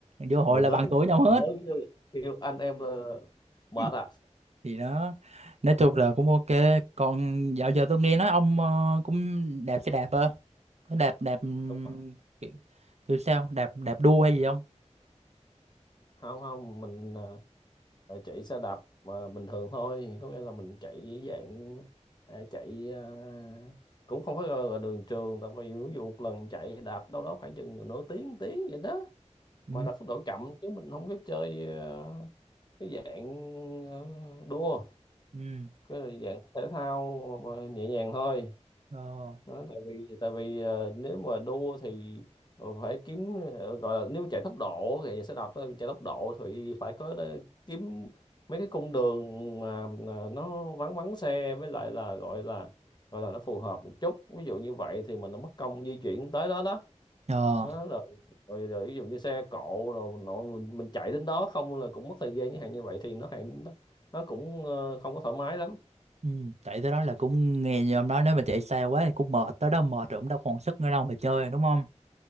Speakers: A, on the right; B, on the left.
A: vô hội
B: người
A: là
B: lớn
A: bằng tuổi
B: thì biết
A: nhau
B: người
A: hết
B: lớn chứ kêu anh em là mệt
A: <laughs>
B: à
A: thì đó nói chung là cũng ok còn dạo giờ tôi nghe nói ông ờ, cũng đạp xe đạp ơ có đạp đạp ừm,
B: đúng rồi
A: kiểu, kiểu sao đạp đạp đua hay gì không
B: không không mình ờ, chạy xe đạp mà bình thường thôi có nghĩa là mình chạy dạng ờ, chạy ờ, cũng không phải gọi là đường trường tại vì ví dụ một lần chạy đạp đâu đó khoảng chừng nửa tiếng tiếng vậy đó
A: ừ
B: mà đặt tốc độ chậm chứ mình không có chơi ờ, cái dạng ờ, đua
A: ừ
B: cái là dạng thể thao mà nhẹ nhàng thôi
A: ờ
B: đó, tại vì tại vì ờ, nếu mà đua thì ờ, phải kiếm ờ, gọi là nếu chạy tốc độ thì sẽ đạp thôi chạy tốc độ thì phải có đe- kiếm mấy cái cung đường mà mà nó vắng vắng xe với lại là gọi là gọi là nó phù hợp một chút ví dụ như vậy thì mình nó mất công di chuyển tới đó đó
A: ờ
B: đó rồi, rồi rồi ví dụ như xe cộ rồi mình nội mình, mình chạy đến đó không là cũng mất thời gian những hàng như vậy thì nó hàng nó, nó cũng ờ, không có thoải mái lắm
A: ừ chạy tới đó là cũng nghe như ông nói nếu mà chạy xa quá thì cũng mệt tới đó mệt rồi cũng đâu còn sức nữa đâu mà chơi đúng không